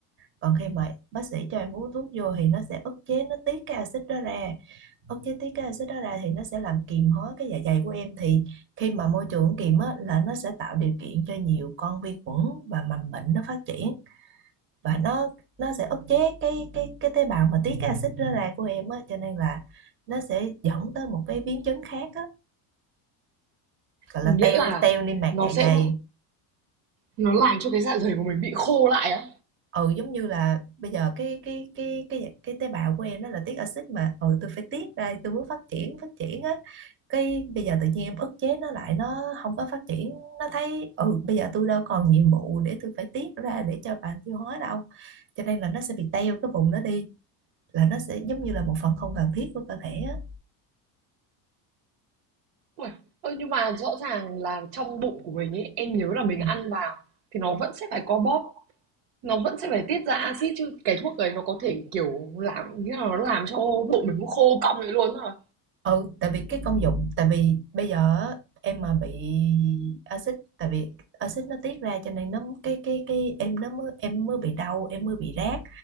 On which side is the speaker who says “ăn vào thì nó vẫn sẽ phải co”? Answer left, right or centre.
Right